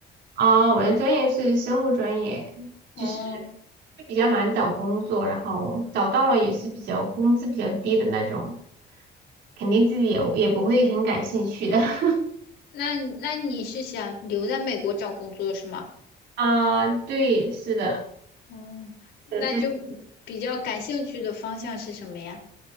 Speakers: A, on the right; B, on the left.
A: 啊、我的专业是生物专业，
B: 哦，
A: 就是就比较难找工作，然后找到了也是比较工资比较低的那种，肯定自己也也不会很感兴趣的。<laughs>
B: 那你那你是想留在美国找工作是吗？
A: 啊，对，是的，
B: 哦，
A: 呃就
B: 那就比较感兴趣的方向是什么呀？